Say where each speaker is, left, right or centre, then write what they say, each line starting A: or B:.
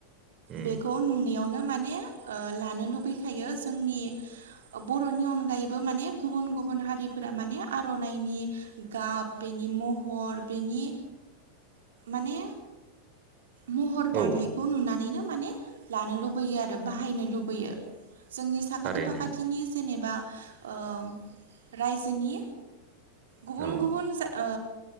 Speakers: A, on the right; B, on the right.
A: उम
B: बेखौ नुनायावनो माने लानो लुबैखायो जोंनि बर'नि अनगायैबो माने गुबुन गुबुन हारिफोरा माने आर'नाइनि गाब बेनि महर बेनि माने महर दाथायखौ
A: औ
B: नुनानैनो माने लानो लुबैयो आरो बाहायनो लुबैयो जोंनि साखाथि-फाखाथिनि
A: थारैनो
B: जेनेबा ओम रायजोनि गुबुन
A: औ
B: गुबुन जा ओ